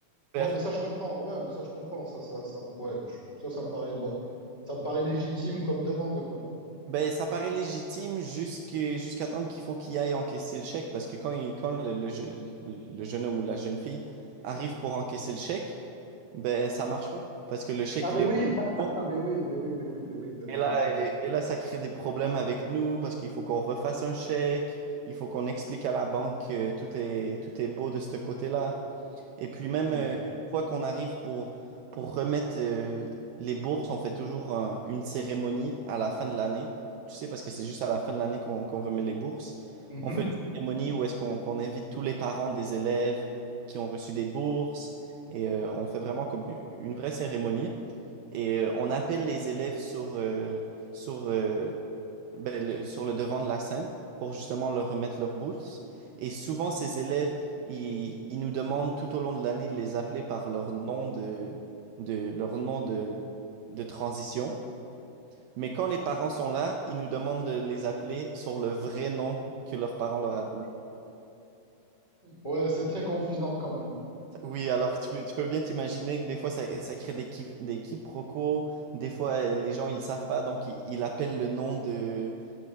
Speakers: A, on the right; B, on the left.
A: pour
B: Bon,
A: faire
B: mais ça, je comprends. Ouais, mais ça, je comprends. Ça, ça, ça, ouais, je- ça, ça me paraît, ouais. Ça me paraît légitime comme demande, quoi.
A: Ben, ça paraît légitime jusqu'à jusqu'à temps qu'il faut qu'il aille encaisser le chèque parce que quand, il- quand le, le, je- le jeune homme ou la jeune fille arrive pour encaisser le chèque, ben ça marche pas parce que le chèque
B: Ah,
A: il
B: ben
A: est
B: oui!
A: pas
B: <laughs>
A: bon
B: Ah, ben oui, ben oui, ben oui, ben oui, ben oui,
A: et
B: je
A: là
B: comprends.
A: et, et là ça crée des problèmes avec nous parce qu'il faut qu'on refasse un chèque, il faut qu'on explique à la banque que tout est tout est beau de ce côté-là. Et puis même
B: Ouais.
A: euh, une fois qu'on arrive pour, pour remettre euh, les bourses, on fait toujours un- une cérémonie à la fin de l'année. Tu sais, parce que c'est juste à la fin de l'année qu'on qu'on remet les bourses.
B: Mhm.
A: On fait une cérémonie où est-ce qu'on qu'on invite tous les parents des élèves qui ont reçu des bourses. Et euh, on fait vraiment comme une une vraie cérémonie. Et euh, on appelle les élèves sur, euh, sur, euh, ben, le, sur le devant de la scène pour justement leur remettre leur bourse. Et souvent, ces élèves, ils, ils nous demandent tout au long de l'année de les appeler par leur nom de, de, leur nom de, de transition. Mais quand les parents sont là, ils nous demandent de les appeler sur le vrai nom que leurs parents leur a donné.
B: Ouais, c'est très confusant quand même.
A: Oui, alors tu peux, tu peux bien t'imaginer que des fois, ça, ça crée des, qui- des quiproquos. Des fois, euh, les gens, ils savent pas, donc ils, ils appellent le nom de,